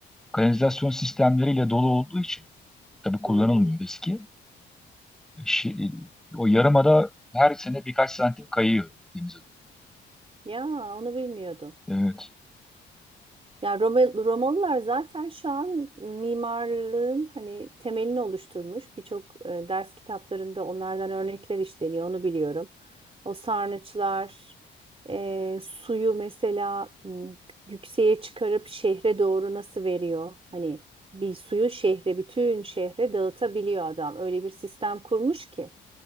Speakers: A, in the centre; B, on the right.
A: kanalizasyon sistemleriyle dolu olduğu için tabii kullanılmıyor
B: hı hı.
A: eski. Şi- e, o yarımada her sene birkaç santim kayıyor denize.
B: Ya onu bilmiyordum.
A: Evet.
B: Ya Roma- Romalılar zaten şu an mimarlığın hani temelini oluşturmuş. Birçok e, ders kitaplarında onlardan örnekler işleniyor, onu biliyorum. O sarnıçlar, e, suyu mesela m, yükseğe çıkarıp şehre doğru nasıl veriyor? Hani bir suyu şehre, bütün şehre dağıtabiliyor adam. Öyle bir sistem kurmuş ki.